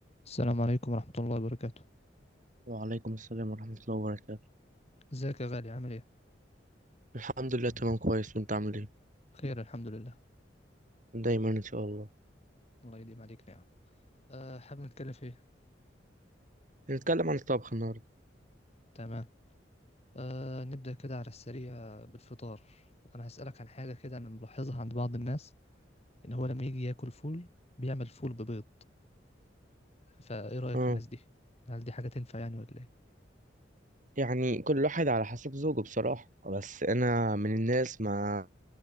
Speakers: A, on the left (about 35°); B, on the right (about 45°).
A: السلام عليكم ورحمة الله وبركاته
B: وعليكم السلام ورحمة الله وبركاته
A: ازيك يا غالي عامل ايه
B: الحمد لله تمام كويس وانت عامل ايه
A: بخير الحمد لله
B: دايما ان شاء الله
A: الله يديم عليك نعم أه حابب نتكلم في ايه
B: نتكلم عن الطبخ النهاردة
A: تمام أه نبدأ كده على السريع بالفطار انا هسألك عن حاجة كده انا ملاحظها عند بعض الناس ان هو لما يجي ياكل فول بيعمل فول ببيض فايه رأيك
B: اه
A: في الناس دي هل دي حاجة تنفع يعني ولا ايه
B: يعني كل واحد على حسب ذوقه بصراحة بس انا من الناس ما